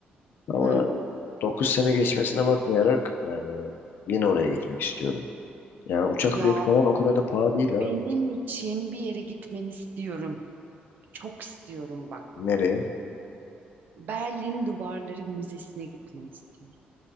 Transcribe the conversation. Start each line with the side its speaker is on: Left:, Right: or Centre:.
Left: Ama
Right: Hı.
Left: 9 sene geçmesine bakmayarak yani yine oraya gitmek istiyorum. Yani uçak
Right: Ya
Left: bileti falan o kadar da pahalı değil ha.
Right: benim için bir yere gitmeni istiyorum. Çok istiyorum bak.
Left: Nereye?
Right: Berlin Duvarları Müzesi'ne gitmeni istiyorum.